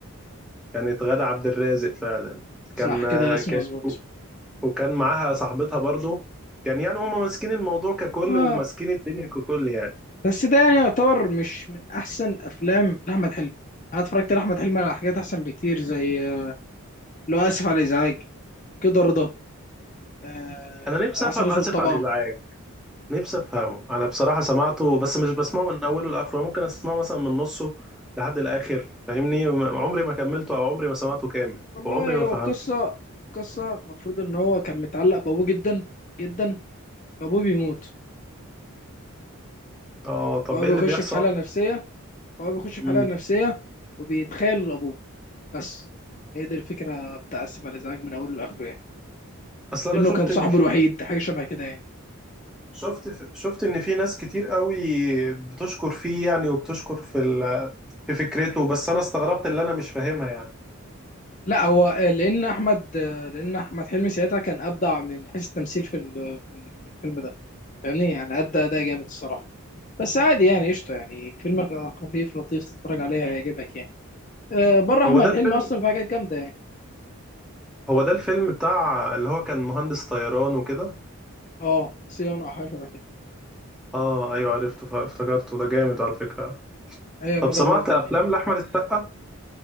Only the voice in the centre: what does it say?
كانت غادة عبد الرازق فعلا
كان
كانت
وكان معاها صاحبتها برضو كان يعني هما ماسكين الموضوع ككل
وماسكين الدنيا ككل يعني
انا نفسي
افهم
اسف
على الازعاج نفسي افهمه انا بصراحة سمعته بس مش بسمعه من اوله لاخره ممكن اسمعه مثلا من نصه لحد الاخر فاهمني م- عمري ما كملته او عمري ما سمعته كامل
وعمري ما
فهمته
اه طب
ايه
اللي بيحصل
مم.
اصل
انا شفت
ان في
شفت شفت ان في ناس كتير قوي بتشكر فيه يعني وبتشكر في ال... في فكرته بس انا استغربت اللي انا مش فاهمها يعني
هو ده الفيلم
هو ده الفيلم بتاع اللي هو كان مهندس طيران وكده
اه ايوه عرفته ف- افتكرته ده جامد على فكرة
طب
سمعت
افلام
لاحمد السقا